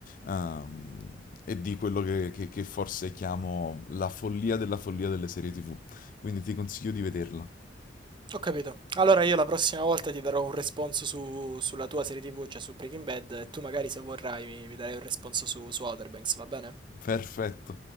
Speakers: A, on the left; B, on the right.
A: ehm, e di quello che, che- che forse chiamo la follia della follia delle serie TV. Quindi ti consiglio di vederla.
B: Ho capito. Allora io la prossima volta ti darò un responso su- sulla tua serie TV, cioè su Breaking Bad, e tu magari se vorrai mi, mi darai un responso su, su Outer Banks, va bene?
A: Perfetto.